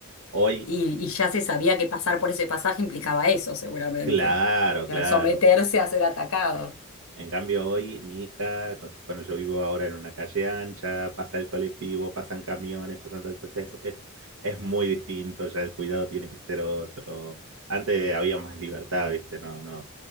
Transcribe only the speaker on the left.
Y, y ya se sabía que pasar por ese pasaje implicaba eso, seguramente.
O sea,
Someterse a ser atacado.